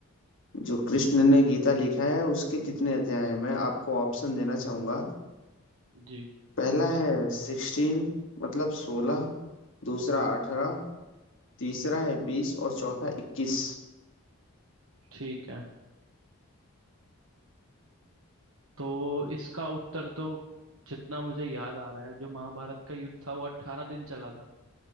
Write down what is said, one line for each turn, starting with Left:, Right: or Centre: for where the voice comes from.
Left: जो कृष्ण ने गीता लिखा है उसके कितने अध्याय हैं मैं आपको ऑप्शन देना चाहूंगा
Right: जी
Left: पहला है सिक्सटीन मतलब सोलह दूसरा अठारह तीसरा है बीस और चौथा इक्कीस
Right: ठीक है तो इसका उत्तर तो जितना मुझे याद आ रहा है जो महाभारत का युद्ध था वो अट्ठारह दिन चला था